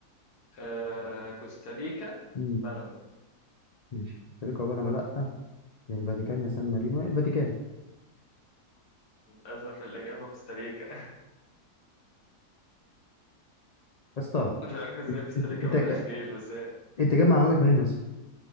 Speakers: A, on the left; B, on the left.
A: آه... كوستاريكا
B: امم
A: بنما
B: ماشي السليقه عباره عن لا يا الفاتيكان يا سان مارينو يا الفاتيكان يا
A: للأسف الإجابة كوستاريكا <laughs>
B: اسطى
A: مش عارف ازاي
B: انت
A: كوستاريكا
B: انت
A: ملهاش
B: انت
A: جيش بس هي
B: أنت جايب معلوماتك منين يا اسطى